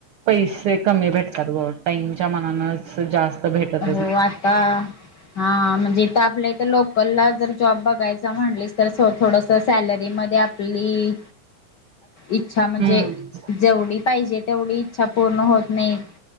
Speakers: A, on the right; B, on the left.
A: पैसे कमी भेटतात ग टाईमच्या मानानच जास्त भेटत
B: हो आता हा म्हणजे इथ आपल्या इथ लोकलला जर जॉब बघायचा म्हणलीस तर थोडस सॅलरीमध्ये आपली इच्छा म्हणजे
A: हम्म
B: जेवढी पाहिजे तेवढी इच्छा पूर्ण होत नाही